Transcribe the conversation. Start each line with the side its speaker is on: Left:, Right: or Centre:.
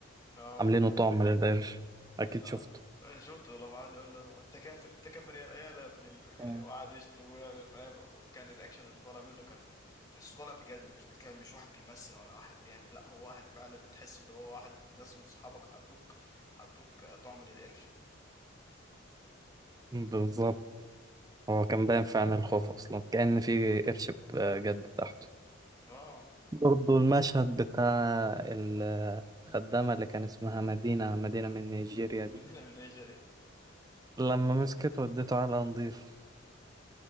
Left: اه
Right: عاملينه طعم للقرش أكيد
Left: آه.
Right: شفته
Left: شفته لما قعد يقول له "هو انت كافر انت كافر يا يا لا ابن ال-"
Right: آه.
Left: وقعد يشتم ويعمل فاهم وكان الرياكشن اللي طالع منه كان تحسه طالع بجد مش بيتكلم مش واحد بيمثل ولا واحد بيعمل لا هو واحد فعلا تحس ان هو واحد ناس من صحابك حطوك حطوك طعم للقرش
Right: بالظبط هو كان باين في عين الخوف أصلا كأن في قرش بجد تحته
Left: اه
Right: برضه المشهد بتاع ال- الخدامة اللي كان اسمها مدينة مدينة من نيجيريا
Left: مدينة
Right: دي
Left: من نيجيريا
Right: لما مسكت وديته على نضيف